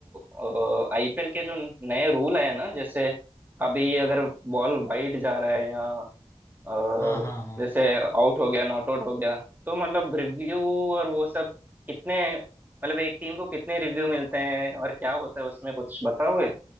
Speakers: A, on the right; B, on the left.
A: आईपीएल के जो नए रूल आए ना जैसे अभी अगर बॉल वाइड जा रहा है या अ,
B: हाँ हाँ हाँ
A: जैसे आउट हो गया नॉट आउट हो गया तो मतलब रिव्यू और वो सब कितने मतलब एक टीम को कितने रिव्यू मिलते हैं और क्या होता है उसमें कुछ बताओगे